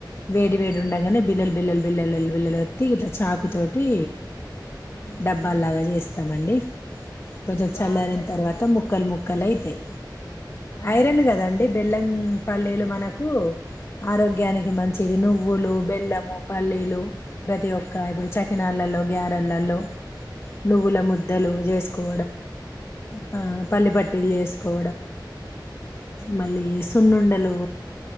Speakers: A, on the left; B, on the left.
A: వేడి వేడి ఉండగానే
B: ఉమ్
A: బిల్ బిల్ బిల్ బిల్లత్తి చాకు తోటి
B: ఉమ్
A: డబ్బాలాగా చేస్తామండి
B: ఉమ్
A: కొంచెం చల్లారన
B: బాగుంటదండి
A: తర్వాత ముక్కలు ముక్కలు అయితాయి
B: ఆ
A: ఐరన్ కదండి బెల్లం పల్లీలు మనకు ఆరోగ్యానికి
B: ఆ
A: మంచి ది నువ్వులు బెల్లము పల్లీలు ప్రతి ఒక్క
B: ఉమ్
A: ఇప్పుడు చకినాళ్ళలో గలో నుల ములు చేకో ప పలు చేకో
B: ఉమ్
A: మళ్ళీ సున్నుండలు